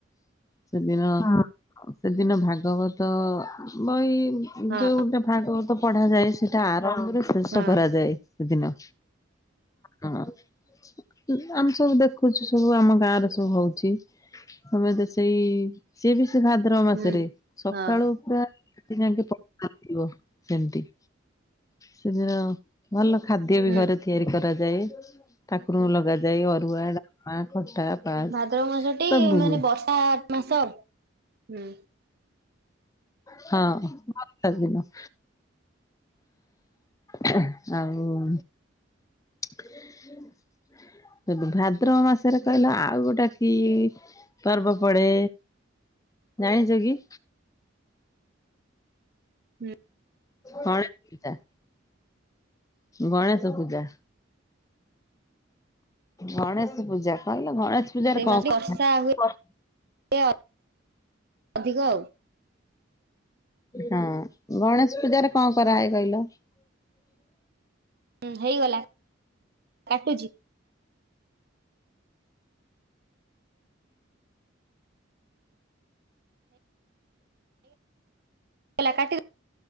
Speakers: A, on the left (about 15°); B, on the right (about 55°).
A: ସେଦିନ ହଁ ସେଦିନ ଭାଗ ଭାଗବତ ବହି
B: ହଁ
A: ଯୋଉଟା ଭାଗବତ ପଢା ଯାଏ ସେଟା ଆରମ୍ଭରୁ ସେ ସେସ
B: ହଁ
A: କରାଯାଏ ସେଦିନ ଭାଗ ହଁ। ହେଲେ ଆମେ ସବୁ ଦେଖୁଛୁ ସବୁ ଆମ ଗାଁରେ ସବୁ ହଉଛି। ସମତେ ସେଇ ସିଏ ବି ସେ ଭାଦ୍ରବ ମାସରେ
B: ହୁଁ।
A: ସକାଳୁ
B: ହଁ
A: <unintelligible> ସେମିତି। ସେଦିନ ଭଲ। ଖାଦ୍ୟ ବି
B: ହୁଁ
A: ଘରେ ତିଆରି କରାଯାଏ ଠାକୁରଙ୍କୁ ଲଗାଯାଏ ଅରୁଆ ଡାଲମା ଖଟା ପାସ୍
B: ଭାଦ୍ରବ ମାସଟି
A: ସବୁ
B: ମାନେ
A: ହୁଏ
B: ବର୍ଷା ମାସ ହୁଁ।
A: ହଁ ଲାଗିବ। ଏହେଁ ଆଉ ସେବ୍ ଭାଦ୍ରବ ମାସରେ କହିଲ ଆଉ ଗୋଟା କି ପର୍ବ ପଡେ ଜାଣିଛ କି?
B: ହୁଁ।
A: କଣ ଏଟା? ଗଣେଶ ପୂଜା। ଗଣେଶ ପୂଜା କହିଲେ ଗଣେଶ ପୂଜାରେ
B: ସେ
A: କଣ
B: ମାସ ବର୍ଷା ହୁଏ
A: କଣ?
B: ଅଧିକ ଆଉ।
A: ହଁ ଗଣେଶ ପୂଜାରେ କଣ କରାଏ କହିଲ?
B: ହୁଁ ହେଇଗଲା କାଟୁଚି। ହେଲା କାଟି